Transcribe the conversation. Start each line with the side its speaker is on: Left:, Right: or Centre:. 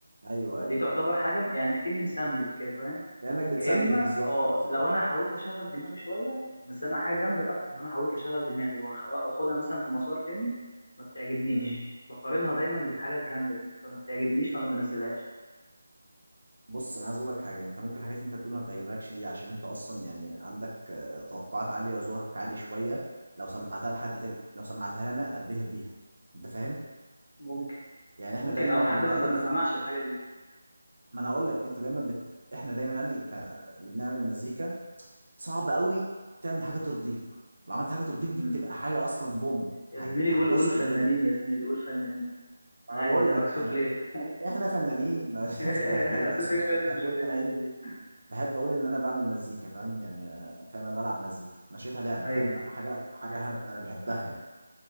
Right: ايوه
Left: فدي
Right: ايوه
Left: تعتبر حاجه يعني اكني مسامبل كده فاهم
Right: كانك بتسامبل
Left: يا اما
Right: بالظبط
Left: اه
Right: بالظبط
Left: لو انا حاولت اشغل دماغي شويه بس انا سامع حاجه جامده بقى لو انا حاولت اشغل دماغي وأخ- واخدها مثلا في مسار تاني ما بتعجبنيش
Right: امم
Left: بقارنها دايما بالحاجه الجامده دي فما بتعجبنيش فما بنزلهاش
Right: بص انا عايز اقول لك حاجه انت ممكن الحاجات اللي انت بتقولها ما بتعجبكش دي عشان انت اصلا يعني عندك آه، توقعات عاليه وذوقك عالي شويه لو سمعتها لحد تاني لو سمعتها لي انا اتبهر بيها انت فاهم
Left: ممكن
Right: يعني احنا
Left: ممكن
Right: دايما
Left: او
Right: بنقلل
Left: حد مثلا ما
Right: في...
Left: سمعش الحاجه دي
Right: ما انا اقول لك انت دايما بت... احنا دايما يعني ك... اللي بنعمل مزيكا صعب قوي تعمل حاجه ترضيك لو عملت حاجه ترضيك
Left: امم
Right: دي بتبقى حاجه اصلا بوم
Left: يا
Right: هت...
Left: زميلي
Right: هتكسر
Left: قول قول فنانين
Right: الدنيا
Left: يا زميلي قول فنانين عادي
Right: انا بقول
Left: انت مكسوف
Right: لك يعني
Left: ليه
Right: فن- احنا فنانين <laughs> ما
Left: <laughs>
Right: ما اختلفناش
Left: اصل
Right: بس
Left: انت
Right: انا
Left: شويه الناس
Right: بحب
Left: اللي
Right: اقول
Left: بتعمل
Right: ان انا ايه
Left: مزيكا
Right: بحب اقول ان انا بعمل مزيكا فاهم يعني آه، فاهم انا بلعب مزيكا انا شايفها لعبه
Left: ايوه
Right: فاهم لا حاجه حاجه ح- انا بحبها يعني